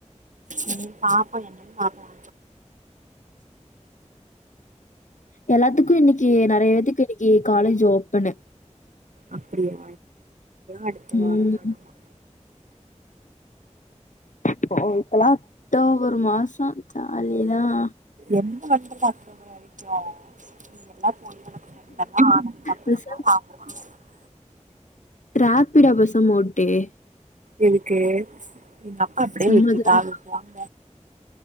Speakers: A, on the right; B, on the left.
A: உம் பாப்போம் என்னனு பாப்போம்
B: எல்லாத்துக்கும் இனனக்கு நெறைய இது கிடைக்கும் ஏன் காலேஜ் ஓபனு
A: அப்பிடியா அடுத்த வாரம்
B: ம்.
A: தானாமா
B: இப்போ இப்பெல்லாம் அக்டோபர் மாசம் ஜாலிதான்
A: எந்த <unintelligible>
B: பேசாம
A: <unintelligible>
B: <unintelligible>
A: எனக்கு <unintelligible> <unintelligible>
B: சும்மா ஜாலி